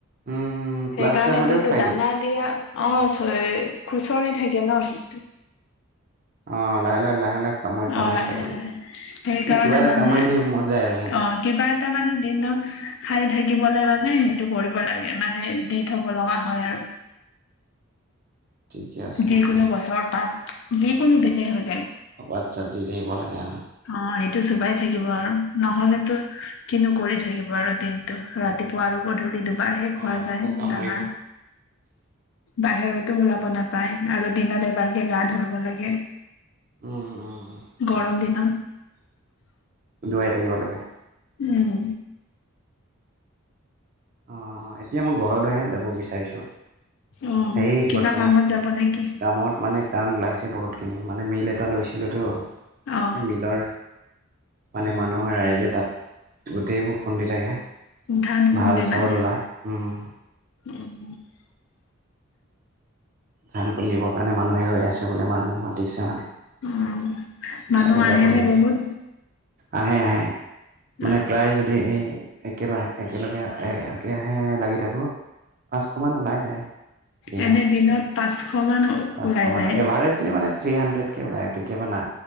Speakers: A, on the right (about 45°); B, on the left (about 60°).
A: উম, প্লাষ্টাৰ
B: সেইকাৰণে
A: হ'লেও
B: দিনটো
A: খাই
B: দানা
A: দিয়ে।
B: দিয়া অ' চ খুচৰি থাকে ন সেইটো।
A: অ লাহে লাহে লাহে লাহে কামুৰি কামুৰি
B: অ লাহে
A: খাই দিয়ে
B: লাহে সেইকাৰণে
A: এনে কিবা এটা
B: মানে
A: কামুৰি থাকিব মন যায় আৰু সিহঁতৰ।
B: অ কিবা এটা মানে দিনত খাই থাকিবলে মানে সেইটো কৰিব লাগে মানে দি থব লগা হয় আৰু।
A: ঠিকে আছে
B: যিকোনো
A: নহ'লে সেইটো
B: গছৰ পাত যিকোনো দিলে হয়।
A: অ পাত চাত দি থাকিব লাগে।
B: অ সেইটো চোবাই থাকিব আৰু নহলেতো কিনো কৰি থাকিব আৰু দিনটো ৰাতি ৰাতিপুৱা আৰু গধূলি দু বাৰহে
A: অ',
B: খোৱা
A: আকৌ
B: যায়
A: কামুৰিব
B: দানা বাহিৰতো ওলাব নাপ পায় আৰু দিনত এবাৰকে গা ধুৱাব লাগে,
A: উম, উম।
B: গৰম দিনত। <unintelligible>
A: ধুৱাই থাকিব লাগে।
B: উম।
A: অ এতিয়া মই ঘৰলৈহে যাব বিচাৰিছো।
B: অ
A: সেই
B: কিবা
A: বৰ্তমান,
B: কামত যাব নেকি
A: কামত মানে কাম ওলাইছে বহুতখিনি মানে মিল এটা লৈছিলোঁতো সেই
B: অ
A: মিলৰ মানে মানুহৰ ৰাইজে তাত গোটেইবোৰ খুন্দি থাকে।
B: ধান খুন্দে?
A: ভাল চাউল
B: মানে
A: ওলায় উম।
B: <inaudible>
A: ধান খুন্দিবৰ কাৰণে মানুহে ৰৈ আছে বোলে মানুহ মাতিছে মানে।
B: অ মানুহ
A: তালৈ যাব
B: আহেনে
A: লাগিব
B: বহুত?
A: আহে আহে মানে
B: অ
A: প্ৰায় যদি এই একে একেলগে একৰাহে লাগি থাকোঁ পাঁচশমান ওলাই যায় দিনত।
B: এনে পাঁচশ মান
A: পাঁচশ
B: ওলাই
A: মানে
B: যায়
A: এভাৰেজলি মানে থ্ৰী হাণ্ড্ৰেড কে ওলাই আৰু কেতিয়াবা না